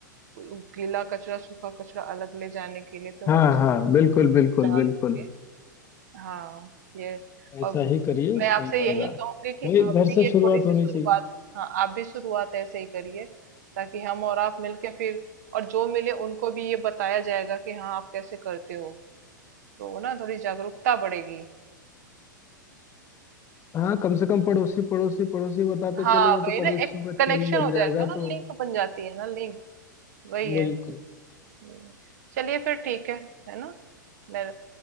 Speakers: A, on the right (about 55°); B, on the left (about 25°).
A: उ गीला कचरा, सूखा कचरा अलग ले जाने के लिए तो
B: हाँ
A: मैं उसको
B: हाँ बिल्कुल बिल्कुल
A: डालूँगी।
B: बिल्कुल
A: हाँ, ये
B: ऐसा
A: अब
B: ही करिए
A: मैं
B: सही
A: आपसे
B: रहेगा
A: यही कहूँगी कि
B: भाई घर
A: आप
B: से
A: भी ये
B: शुरुआत
A: थोड़ी-सी
B: होनी
A: शुरुआत
B: चाहिए
A: हाँ, आप भी शुरुआत ऐसे ही करिए ताकि हम और आप मिलके फिर और जो मिले उनको भी ये बताया जाएगा कि हाँ, आप कैसे करते हो। तो ना थोड़ी जागरूकता बढ़ेगी।
B: हाँ कम से कम पड़ोसी पड़ोसी पड़ोसी बताते
A: हाँ,
B: चले जाओ
A: वही
B: तो पड़ोसियों
A: ना एक
B: का
A: कनेक्शन
B: चेन बन
A: हो जाएगा
B: जाएगा
A: ना,
B: तो
A: लिंक बन जाती है ना लिंक, वही है।
B: बिल्कुल
A: हुँ, चलिए फिर ठीक है, है ना? मैं